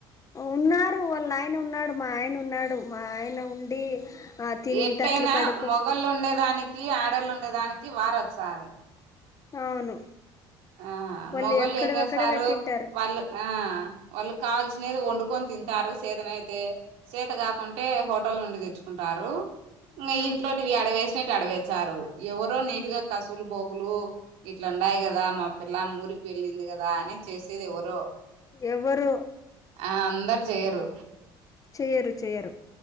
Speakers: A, on the left (about 30°); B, on the right (about 75°).
A: ఉన్నారు వాళ్ళ నాయన ఉన్నాడు మా ఆయన ఉన్నాడు మా ఆయన ఉండి ఆ తినిన
B: ఎట్టైనా
A: తట్లు కడుకో
B: మొగోళ్ళు ఉండేదానికి ఆడోళ్ళు ఉండేదానికి వార్ వచ్చాది
A: అవును
B: ఆ
A: వాళ్ళు
B: మొగోళ్ళు
A: ఎక్కడివక్కడే
B: ఏం చేస్తారు
A: పెట్టింటారు
B: వాళ్ళు ఆ వాళ్ళు కాల్సినది వండుకొని తింటారు సెదన అయితే చేత కాకుంటే హోటల్ నుండి తెచ్చుకుంటారు ఇం
A: ఆ
B: ఇంట్లోటి అడవేసినట్టు అడవేేశారు ఎవరో నీట్ గా కసులు బోకులు ఇట్లాన్నాయి గదా కదా మా పిల్ల ఊరికి వెళ్ళింది గదా అని చేసేది ఎవరో
A: ఎవరు
B: ఆ అందరు చెయ్యరు
A: చేయ్యరు చేయ్యరు